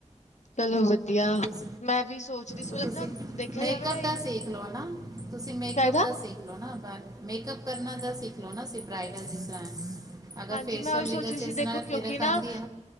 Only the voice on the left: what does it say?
ਚਲੋ ਵੱਧੀਆ
ਮੈਂ ਵੀ ਸੋਚਦੀ ਸੀ
ਮਤਲਬ
ਨਾ ਦੇਖਿਆ
ਜਾਵੇ ਨਾ
ਕਾਇਦਾ
ਹਾਂਜੀ
ਮੈਂ ਉਹੀ ਸੋਚ
ਰਹੀ ਸੀ
ਦੇਖੋ ਕਿਉਂਕਿ
ਨਾ